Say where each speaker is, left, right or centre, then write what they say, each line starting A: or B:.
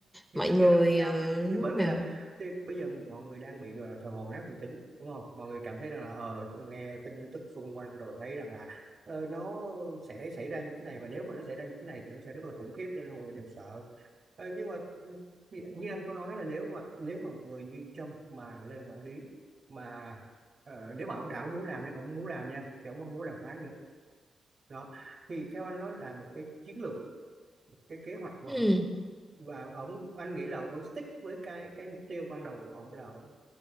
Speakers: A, on the right; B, in the centre.
A: thì
B: mọi
A: trước
B: người
A: giờ nó vẫn cao
B: ờ,
A: thì, thì
B: lúc
A: bởi vì
B: nào
A: là thì bây giờ mọi người đang bị ờ, thờ hồn nát thần tính đúng không mọi người cảm thấy rằng là ờ nghe tin tức xung quanh rồi thấy rằng là ờ, nó sẽ xảy ra như thế này và nếu mà nó xảy ra như thế này thì nó sẽ rất là khủng khiếp nên là mọi người đều sợ Ờ, nhưng mà như như anh có nói là nếu mà nếu mà một người như Trump mà lên quản lý mà ờ, nếu mà ông đã muốn làm nha ông muốn làm nha thì ông không muốn đàm phán nữa đó thì theo anh nó là một cái chiến lược cái kế hoạch của
B: ừ.
A: ông và ông anh nghĩ là ông vẫn stick với cái cái mục tiêu ban đầu của ông là ông